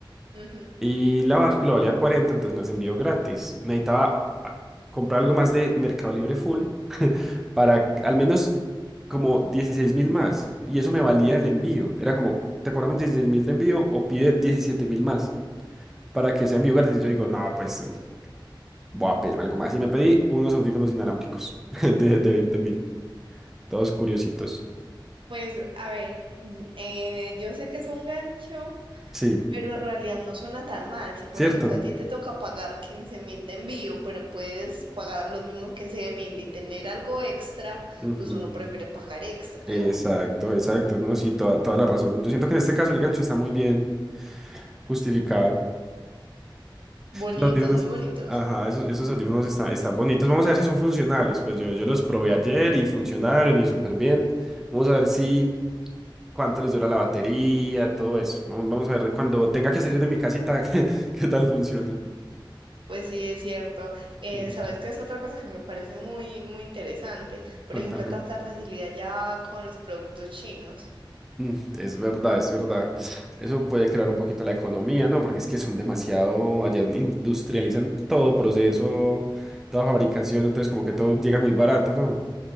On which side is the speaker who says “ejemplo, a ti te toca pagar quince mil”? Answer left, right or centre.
Right